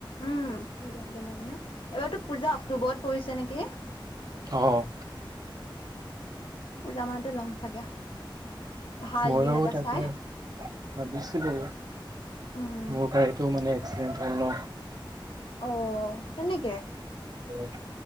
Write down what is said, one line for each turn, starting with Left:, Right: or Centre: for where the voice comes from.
Left: উম পূজাত ল'লে মানে এইবাৰতো পূজা অক্টোবৰত পৰিছে নেকি?
Right: অহ
Left: পূজা মানতে ল'ম চাগে। ভাল
Right: মইয়ো
Left: দিন এটা
Right: তাকে
Left: চাই
Right: ভাবিছিলো
Left: উম।
Right: মোৰ গাড়ীটো মানে এক্সিডেন্ট হ'ল ন'
Left: অ কেনেকে
Right: <unintelligible>